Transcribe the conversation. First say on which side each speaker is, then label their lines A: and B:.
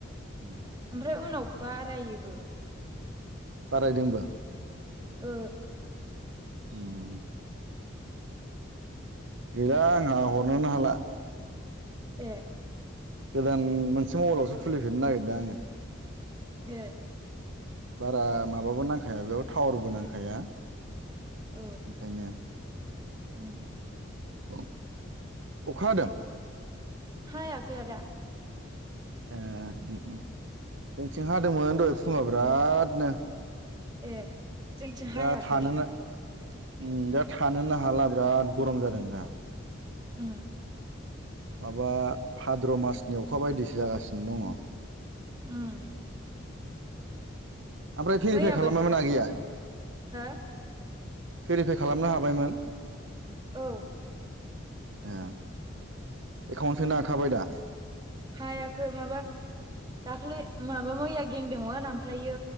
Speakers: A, on the right; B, on the right.
A: <unintelligible>
B: ओमफ्राय उनाव बारायोबो।
A: बारायदोंबो
B: ओ
A: <inaudible> गैला आंहा हरनोनो हाला।
B: ए
A: गोदान मोनसे मबाइलावसो खुलिफेरननो नागिरदों आङो।
B: ए
A: बारा माबाबो नांखाया बेयाव टावारबो नांखाया
B: औ
A: ओंखायनो।
B: उम
A: औ अखा हादों।
B: हायाखै आदा।
A: ए ओम ओम जोंथिं हादोंमोन दहाय फुङाव बिरादनो।
B: ए जोंथिं हायाखै
A: दा थानोनो ओम दा थानोनो हाला बिराद गरम जादों दा।
B: ओम
A: माबा भाद्र मासनि अखा बायदिसो जागासिनो दङ'।
B: ओम
A: ओमफ्राय भेरिफाय
B: मैयाबो
A: खालामबायमोन
B: सासे
A: आगैया?
B: हो
A: भेरिफाइ खालामनो हाबायमोन?
B: औ
A: ए एकाउन्ट सोनो हाखाबाय दा?
B: हायाखै माबा दाखलै माबा मैया गेंदोंमोन ओमफ्रायो